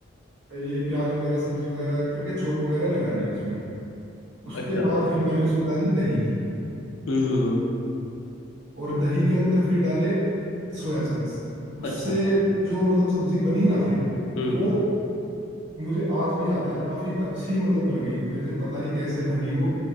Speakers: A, on the right; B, on the left.
A: ये प्याज वगैरह सब्जी वगैरह करके छोंक वगैरह लगा लिया उसमें उसके
B: अच्छा
A: बाद फिर मैंने उसमें डाली दही
B: हम्म हम्म,
A: और दही के अंदर फिर डाले सोया चंक्स उससे
B: अच्छा
A: जो मतलब सब्जी बनी ना फिर
B: हम्म
A: वो मुझे आज भी याद है यार काफी अच्छी मतलब बन गई थी मेरे से पता नहीं कैसे बनी वो